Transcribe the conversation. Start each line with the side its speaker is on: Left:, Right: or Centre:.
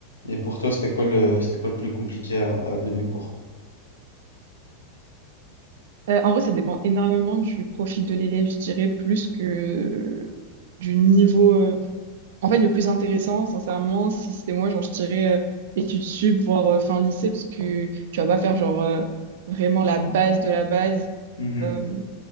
Left: Et pour toi, c'était quoi le, c'était quoi le plus compliqué à, à donner cours?
Right: Euh, en vrai ça dépend énormément du profil de l'élève je dirais plus que du niveau euh, En fait, le plus intéressant, sincèrement, si c'était moi, genre, je dirais euh, études sup, voire euh, fin lycée, parce que tu vas pas faire, genre, euh, vraiment la base de la base.
Left: Mhm.
Right: Euh,